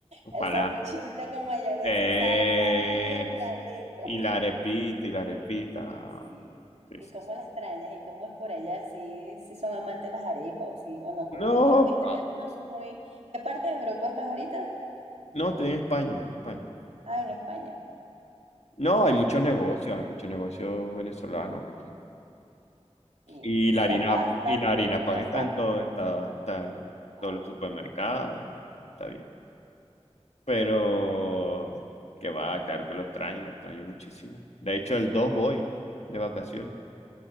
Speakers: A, on the right; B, on the left.
A: El
B: Para.
A: sanduchito con mayonesa
B: eh,
A: y salsa y el diablito.
B: y
A: <laughs>
B: la arepita, y la repita
A: Sí.
B: Sí,
A: ¿Y
B: sí,
A: cómo
B: sí.
A: las extrañas? ¿Y cómo es por allá? ¿Sí, sí son amantes de las arepas o, sí, o no comen
B: No,
A: mucho los italianos?
B: ah,
A: No son muy... ¿Qué parte de Europa estás ahorita?
B: no, estoy en España, en España.
A: Ah, en España.
B: No, hay muchos negocios, hay muchos negocios venezolanos aquí.
A: Sí.
B: Y la
A: Y
B: harina,
A: la pasta
B: y la harina pan
A: no
B: está
A: falta.
B: en todo, está, está en
A: claro.
B: todos los supermercados, está bien. Pero que va, claro que lo extraño, lo extraño muchísimo. De hecho, el 2 voy de vacaciones.